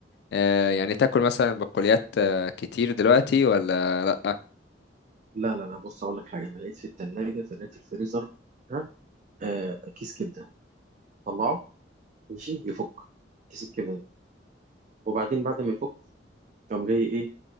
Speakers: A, on the left (about 60°); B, on the right (about 40°).
A: آه، يعني تاكل مثلا بقوليات آه، كتير دلوقتي ولا لأ
B: لا لا لا بص اقول لك حاجه انا لقيت في الثلاجه في لقيت في الفريزر ها آه كيس كبده طلعه ماشي يفك كيس الكبده ده وبعدين بعد ما يفك قام جاي ايه